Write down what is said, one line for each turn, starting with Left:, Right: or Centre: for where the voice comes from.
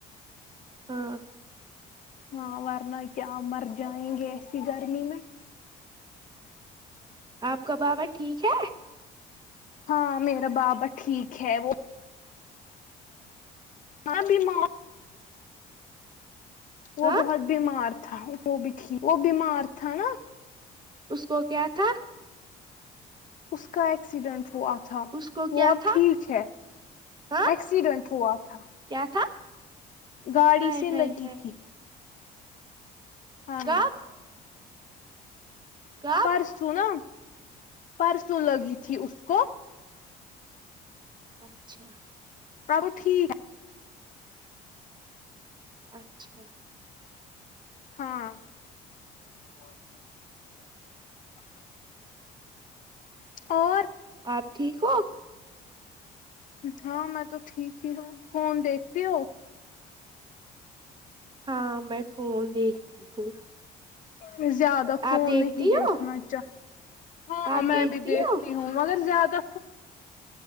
Right: ہاں
Left: ہاں ورنہ کیا مر جائیں گے ایسی گرمی میں
Right: آپ کا بابا ٹھیک ہے
Left: ہاں میرا بابا ٹھیک ہے وہ ہاں بیم وہ
Right: ہاں
Left: بہت بیمار تھا وہ بھی ٹھیک وہ بیمار تھا نا
Right: اس کو کیا تھا
Left: اس کا ایکسیڈنٹ ہوا تھا
Right: اس کو
Left: وہ
Right: کیا
Left: اب
Right: تھا
Left: ٹھیک ہے
Right: ہاں
Left: ایکسیڈنٹ ہوا تھا
Right: کیا تھا
Left: گاڑی
Right: ہائے
Left: سے
Right: ہائے
Left: لگی
Right: ہائے
Left: تھی ہاں
Right: کب کب
Left: پرسوں نا پرسوں لگی تھی اس کو
Right: اچھا
Left: توب ٹھیک ہے
Right: اچھا
Left: ہاں <unintelligible> اور
Right: آپ ٹھیک ہو
Left: ہاں میں تو ٹھیک ہی ہوں فون دیکھتی ہو
Right: ہاں میں فون دیکھتی ہوں
Left: زیاد زیادہ فون
Right: آپ دیکھتی
Left: نہیں
Right: ہو
Left: دیکھنا چاہ ہاں
Right: آپ
Left: میں بھی دیکھتی
Right: ہو
Left: ہوں مگر زیادہ فون